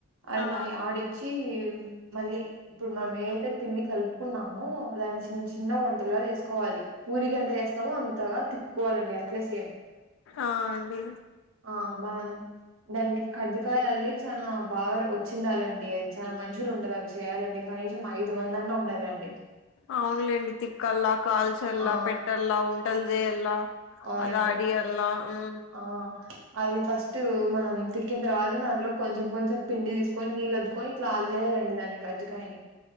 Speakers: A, on the right; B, on the left.
A: అద్
B: ఆ
A: అయ్ ఆడిచిమ్ మళ్ళీ ఇప్పుడు మనం ఏదైతే పిండి కలుపుకున్నామో దాని చిన్న చిన్న ఉంటలుగా జేసుకోవాలి. ఊరిగ్ ఎంత ఏస్తామో అంతగా తిప్పుకోవాలండి అట్లే సేమ్
B: ఆ అండి
A: ఆ మనం దానికి కర్జకాయలు అల్లి చానా బాగా వచ్చిండాలండి అవి చాలా మనుషులు ఉండాల్ అవి చేయాలంటే కనీసం ఐదు మంది అన్నా ఉండాలండి.
B: అవునులేండి. తిక్కల్లా కాల్చల్లా
A: ఆ
B: పెట్టల్లా ఉంటల్ జేయల్లా
A: అవునండి
B: అది ఆడియా అలా ఉహ్
A: ఆ అది ఫస్ట్ మనం తిక్కిన్ తర్వాత దాంట్లో కొంచెం కొంచెం పండి దిసుకొని నీళ్ళు అద్దుకొని ఇట్లా ఆల్ లేదండి. దాని కజ్జి కాయని